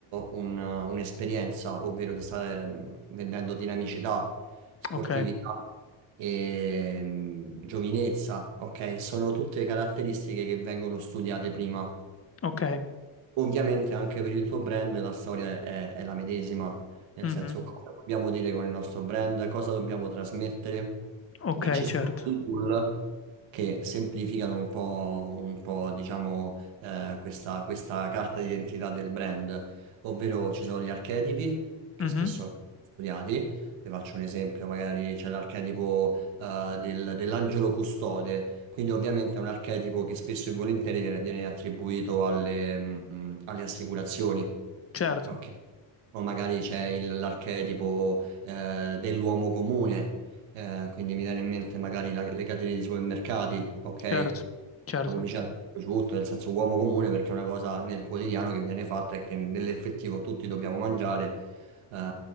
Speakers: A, on the right (about 85°); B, on the left (about 30°).
A: un- un'esperienza, ovvero ti sta ehm, vendendo dinamicità, sportività
B: ok,
A: e mm, giovinezza, ok? Sono tutte caratteristiche che vengono studiate prima.
B: ok,
A: Ovviamente anche per il tuo brand la storia è, è la medesima. Nel
B: mhm,
A: senso, cosa dobbiamo dire con il nostro brand, cosa dobbiamo trasmettere.
B: ok,
A: E ci
B: certo,
A: sono dei tool che semplificano un po', un po', diciamo, eh, questa, questa carta d'identità del brand, ovvero ci sono gli archetipi che
B: mhm,
A: spesso sono studiati. Vi faccio un esempio, magari c'è l'archetipo eh, del- dell'angelo custode, quindi ovviamente è un archetipo che spesso e volentieri viene, viene attribuito alle, mm, alle assicurazioni.
B: certo,
A: Ok. O magari c'è il- l'archetipo eh, dell'uomo comune, eh, quindi mi viene in mente magari la- le catene di supermercati, ok?
B: certo, certo,
A: La pubblicità su tutto, nel senso uomo comune perché è una cosa nel quotidiano che viene fatta e che nell'effettivo tutti dobbiamo mangiare, eh,